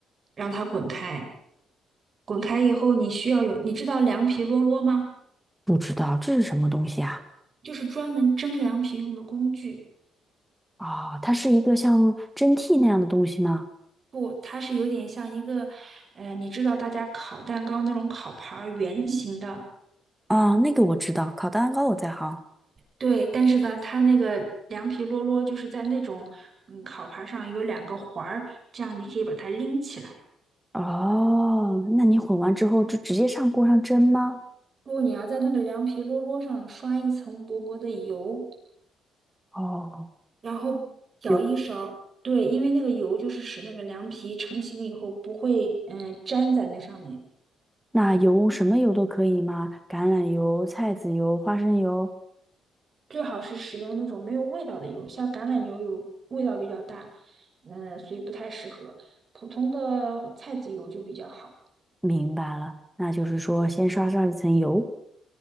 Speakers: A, on the right (about 45°); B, in the centre.
A: 让它滚开，滚开以后，你需要有，你知道凉皮啰啰吗？
B: 不知道这是什么东西啊？
A: 就是专门蒸凉皮用的工具，
B: 哦，它是一个像蒸屉那样的东西吗？
A: 不，它是有点像一个，呃，你知道大家烤蛋糕那种烤盘儿圆形的。
B: 啊、那个我知道，烤蛋糕我在行。
A: 对，但是呢，它那个凉皮啰啰就是在那种嗯烤盘儿上有两个环儿，这样你可以把它拎起来。
B: 哦，那你混完之后就直接上锅上蒸吗？
A: 不，你要在那个凉皮啰啰上刷一层薄薄的油，
B: 哦，
A: 然后舀一勺。
B: 油，
A: 对，因为那个油就是使那个凉皮成型以后不会嗯粘在那上面。
B: 那油什么油都可以吗？橄榄油、菜籽油、花生油。
A: 最好是使用那种没有味道的油，像橄榄油有味道比较大，嗯，所以不太适合。普通的菜籽油就比较好。
B: 明白了，那就是说先刷上一层油，